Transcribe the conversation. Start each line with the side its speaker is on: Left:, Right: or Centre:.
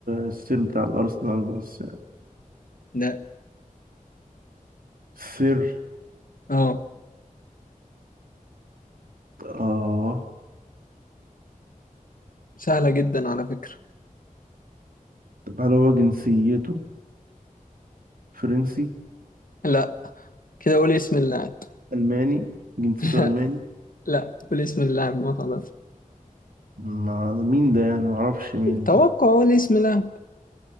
Right: السر بتاع الأرسنال بس يعني.
Left: لا
Right: السر
Left: اه
Right: آه
Left: سهله جدا على فكره
Right: طب هل هو جنسيته فرنسي
Left: لا كده قول اسم اللاعب
Right: ألماني جنسيته
Left: <laughs> لا
Right: ألماني
Left: لا قول اسم اللاعب ما خلاص
Right: مع مين ده يعني معرفش مين
Left: توقع
Right: ده
Left: قول اسم اللاعب